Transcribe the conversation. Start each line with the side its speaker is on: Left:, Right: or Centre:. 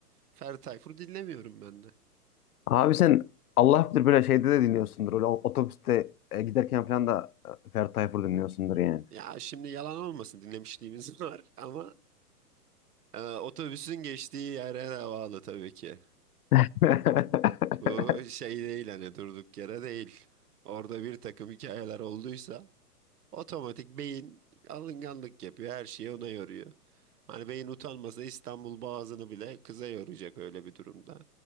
Right: Ferdi Tayfur dinlemiyorum ben de.
Left: abi sen Allah bilir böyle şeyde de dinliyorsundur. Öyle otobüste e, giderken falan da e, Ferdi Tayfur dinliyorsundur yani.
Right: Ya şimdi yalan olmasın dinlemişliğimiz <laughs> var ama e, otobüsün geçtiği yere de bağlı tabii ki.
Left: <laughs>
Right: Bu şey değil hani durduk yere değil. Orada bir takım hikayeler olduysa otomatik beyin alınganlık yapıyor her şeyi ona yoruyor. Hani beyin utanmasa İstanbul Boğazı'nı bile kıza yoracak öyle bir durumda.